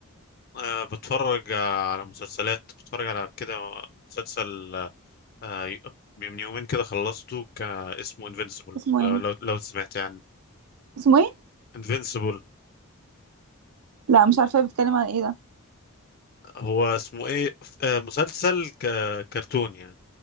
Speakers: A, on the left (about 45°); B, on the right (about 80°).
A: آه، بتفرج آه، على مسلسلات بتفرج على كده مسلسل آه، آه، من يومين كده خلصته ك... اسمه انفينسيبل
B: اسمه
A: لو
B: ايه
A: لو لو سمعت يعني
B: اسمه ايه
A: انفينسيبل
B: لا مش عارفه بتتكلم عن ايه ده
A: هو اسمه ايه آه، مسلسل ك... كرتون يعني